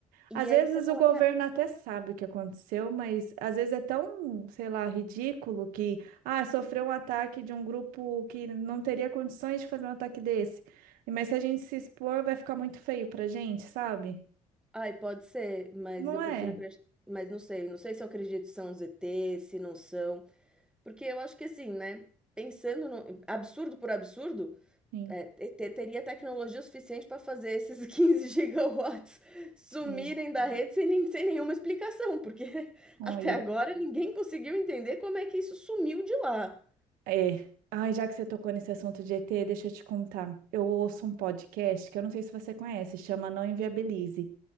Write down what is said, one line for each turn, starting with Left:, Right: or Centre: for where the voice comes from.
Centre: e
Right: Às vezes
Centre: aí você fala:
Right: o governo
Centre: "Cara,
Right: até sabe o que aconteceu, mas às vezes é tão, sei lá, ridículo que, ah, sofreu um ataque de um grupo que não teria condições de fazer um ataque desse. Mas se a gente se expor, vai ficar muito feio pra gente, sabe?
Centre: ai, pode ser, mas
Right: Não
Centre: eu prefiro
Right: é?
Centre: acreditar. mas não sei, não sei se eu acredito se são os ETs, se não são". Porque eu acho que assim, né, pensando no absurdo por absurdo,
Right: Sim,
Centre: É, te- teria tecnologia suficiente para fazer esses <laughs> 15 gigawatts sumirem
Right: sim.
Centre: da rede sem, nem- sem nenhuma explicação, porque <laughs>
Right: Olha.
Centre: até agora ninguém conseguiu entender como é que isso sumiu de lá.
Right: É. Ai, já que você tocou nesse assunto de ET, deixa eu te contar. Eu ouço um podcast que eu não sei se você conhece, chama Não Inviabilize.